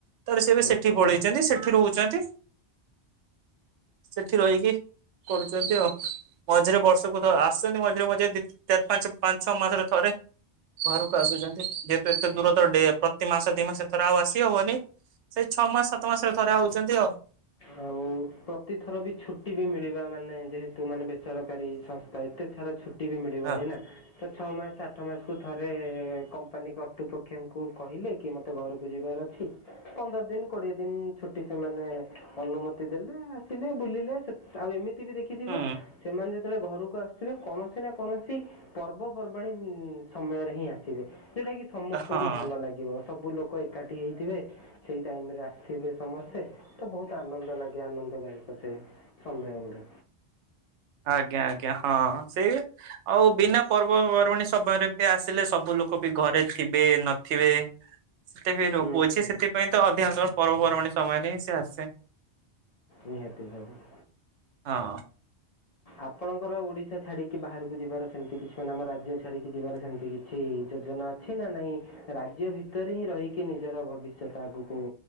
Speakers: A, on the right (about 85°); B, on the left (about 55°).
A: ତାର ସେ ଏବେ
B: ହୁଁ
A: ସେଠି ପଳେଇଛନ୍ତି, ସେଠି ରହୁଛନ୍ତି ସେଠି ରହିକି କରୁଛନ୍ତି, ଆଉ ମଝିରେ ବର୍ଷକୁ ଥ ଆସୁଛନ୍ତି, ମଝିରେ ମଝିରେ ଦ ଚାରି ପାଞ୍ଚ ପାଞ୍ଚ ଛଅ ମାସରେ ଥରେ ଘରକୁ ଆସୁଛନ୍ତି, ଯେହେତୁ ଏତେ ଦୂର ତ ପ୍ରତି ମାସ ଦି ମାସଥର ଆଉ ଆସି ହବନି। ସେଇ ଛଅ ମାସ ସାତ ମାସରେ ଥରେ ଆଉଛନ୍ତି ଆଉ
B: ଆଉ ପ୍ରତିଥର ବି ଛୁଟି ବି ମିଳିବା ମାନେ ଯେହେତୁ ମାନେ ବେଶୀ ସରକାରୀ ସଂସ୍ଥା ଏତେ ଥର ଛୁଟି ବି ମିଳିବନି
A: ହଁ
B: ନା ତ ଛଅ ମାସ ଆଠ ମାସକୁ ଥରେ କମ୍ପାନୀ କର୍ତ୍ତୃପକ୍ଷଙ୍କୁ କହିଲେ କି ମତେ ଘରକୁ ଯିବାର ଅଛି, ପନ୍ଦର ଦିନ କୋଡିଏ ଦିନ ଛୁଟି ସେମାନେ ଅନୁମତି ଦେଲେ, ଆସିଲେ, ବୁଲିଲେ ଆଉ ଏମିତି ବି ଦେଖିଥିବ
A: ହୁଁ
B: ସେମାନେ ଯଦି ଯେତେବେଳେ ଘରକୁ ଆସୁଥିବେ କୌଣସି ନା କୌଣସି ପର୍ବପର୍ବାଣୀ ସମୟରେ ହିଁ ଆସିବେ। ସେଇଟା କି ସମସ୍ତଙ୍କୁ
A: ହଁ
B: ଭଲ ଲାଗିବ। ସବୁ ଲୋକ ଏକାଠି ହେଇଥିବେ, ସେଇ ଟାଇମ ରେ ଆସିଥିବେ ସମସ୍ତେ, ତ ବହୁତ ଆନନ୍ଦ ଲାଗେ। ନି ଆାନନ୍ଦ ଦାୟକ ସେ ସମ୍ମେଳନଟା।
A: ଆଜ୍ଞା, ଆଜ୍ଞା, ହଁ ସେଇ ଆଉ ବିନା ପର୍ବପର୍ବାଣୀ ସମୟରେ ବି ଆସିଲେ ସବୁ ଲୋକ ବି ଘରେ ଥିବେ, ନଥିବେ, ସେତେ ବି ରହୁଅଛି
B: ହୁଁ ହୁଁ
A: ସେଥିପାଇଁ ତ ଅଧିକାଂଶ ପର୍ବପର୍ବାଣୀ ସମୟରେ ହିଁ ସେ ଆସେ।
B: ନିହାତି ଭାବରେ
A: ହଁ
B: ଆପଣଙ୍କର ଓଡିଶା ଛାଡିକି ବାହାରକୁ ଯିବାର ସେମିତି କିଛି ମାନେ, ଆମ ରାଜ୍ୟ ରିକି ଯିବାର ସେମିତି କିଛି ଯୋଜନା ଅଛି ନା ନାଇଁ? ରାଜ୍ୟ ଭିତରେ ହିଁ ରହିକି ନିଜର ଭବିଷ୍ୟତ ଆଗକୁ